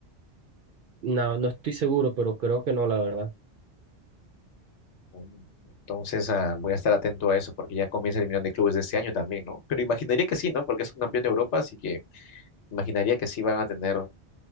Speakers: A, on the right; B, on the left.
A: no, no estoy seguro, pero creo que no, la verdad.
B: Mm, Entonces, ah, voy a estar atento a eso porque ya comienza el Millón de Clubes de este año también, ¿no? Pero imaginaría que sí, ¿no? Porque es un campeón de Europa, así que imaginaría que sí van a tener